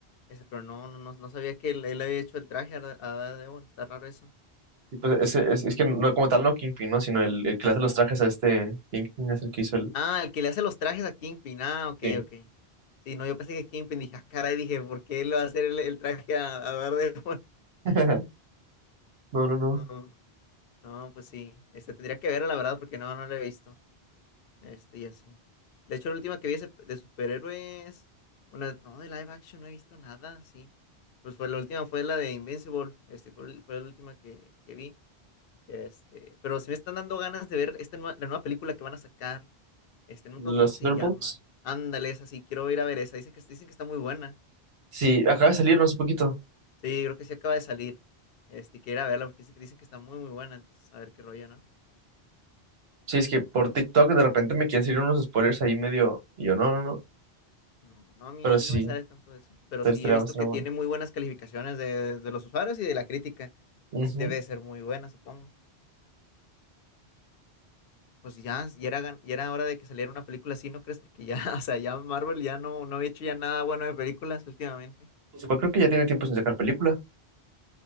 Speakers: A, on the left; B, on the right.
A: Ese, pero no, no, no, no sabía que él, él había hecho el traje a, Dar- a Daredevil, está raro eso.
B: Y pues ese, es, es que no, como tal no Kingpin, ¿no? Sino el, el que le hace los trajes a este Kingpin es el que hizo el.
A: Ah, el que le hace los trajes a Kingpin, ah, ok,
B: Sí.
A: ok. Sí, no, yo pensé que Kingpin, dije, ah, caray, dije, ¿por qué él va a hacer el, el traje a, a Daredevil?
B: <laughs> No, no,
A: <laughs>
B: no.
A: No, no, pues sí, este, tendría que verlo, la verdad, porque no, no lo he visto, este, y así. De hecho, la última que vi ese- de superhéroes, una, no, de live action no he visto nada, sí. Pues fue la última, fue la de Invincible, este, fue, fue la última que, que vi. Este, pero si me están dando ganas de ver esta nueva- la nueva película que van a sacar. Este, no
B: Los
A: creo cómo se
B: Thunderbolts.
A: llama. Ándale, esa sí, quiero ir a ver esa. Dicen que, dicen que está muy buena.
B: Sí, acaba de salir, no hace poquito.
A: Sí, creo que sí acaba de salir. Este, quiero ir a verla porque dicen que, dicen que está muy, muy buena. Entonces, a ver qué rollo, ¿no?
B: Sí, es que por TikTok de repente me quieren salir unos spoilers ahí medio. Y yo, no, no, no.
A: No, no, a mí,
B: Pero
A: a
B: sí,
A: mí no me sale tanto de eso. Pero
B: te
A: sí
B: estaría
A: he visto
B: bastante
A: que
B: bueno.
A: tiene muy buenas calificaciones de, de los usuarios y de la crítica.
B: Ujú.
A: Pues debe de ser muy buena, supongo. Pues ya, ya era, gan- ya era hora de que saliera una película así, ¿no crees? Porque ya, <laughs> o sea, ya Marvel ya no, no había hecho ya nada bueno de películas últimamente.
B: Pues igual creo que ya tiene tiempo sin sacar película.